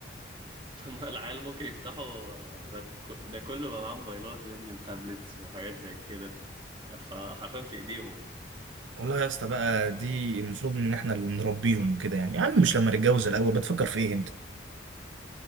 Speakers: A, on the right (about 25°); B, on the right (about 80°).
A: <laughs> لما العيال ممكن يفتحوا آه، ده ك- ده كله بقى معاه موبايلات يا ابني وتابلتس وحاجات زي كده فحرفيا في ايديهم
B: <laughs> والله يا اسطى بقى دي
A: ف-
B: المفروض ان احنا اللي نربيهم وكده يعني يا عم مش لما نتجوز الاول بتفكر في ايه انت